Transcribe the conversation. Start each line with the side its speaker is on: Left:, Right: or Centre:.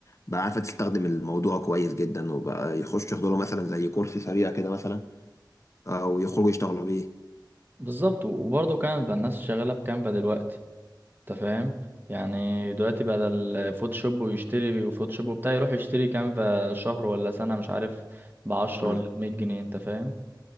Left: بقى عارفة تستخدم الموضوع كويس جدا وبقى يخش ياخدوا له مثلا زي كورس سريع كده مثلا او يخرجوا يشتغلوا بيه
Right: بالظبط وبرضه كانفا الناس شغاله بكانفا دلوقتي انت فاهم يعني دلوقتي بدل فوتوشوب ويشتري وفوتوشوب وبتاع يروح يشتري كانفا شهر ولا سنه مش عارف بعشرة
Left: امم
Right: ولا بمية جنيه انت فاهم